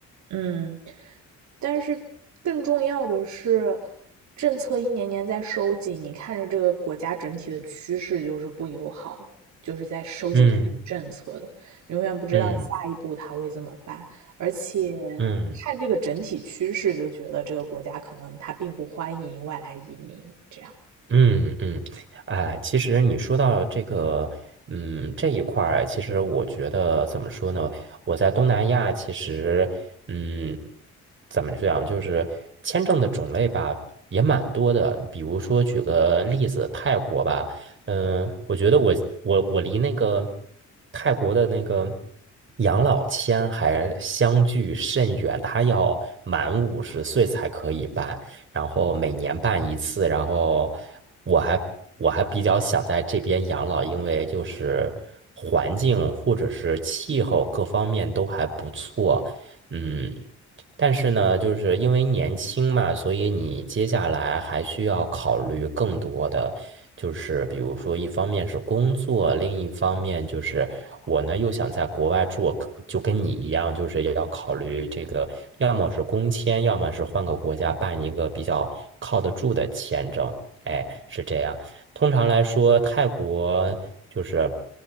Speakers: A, on the right; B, on the right.
A: 嗯，但是更重要的是，政策一年年在收紧，你看着这个国家整体的趋势就是不友好的，就是在收紧政策的，
B: 嗯
A: 永远不知道下一步他会怎么办，
B: 嗯
A: 而且
B: 嗯。
A: 看这个整体趋势就觉得这个国家可能它并不欢迎外来移民，这样。
B: 嗯嗯，哎，其实你说到这个，嗯，这一块儿，其实我觉得怎么说呢？我在东南亚，其实，嗯，怎么讲，就是签证的种类吧，也蛮多的。比如说，举个例子，泰国吧，嗯，我觉得我我我离那个泰国的那个养老签还相距甚远，他要满五十岁才可以办。然后每年办一次，然后我还我还比较想在这边养老，因为就是环境或者是气候各方面都还不错，嗯。但是呢，就是因为年轻嘛，所以你接下来还需要考虑更多的，就是比如说，一方面是工作，另一方面就是我呢又想在国外住，就跟你一样，就是也要考虑这个，要么是工签，要么是换个国家办一个比较靠得住的签证。哎，是这样。通常来说，泰国就是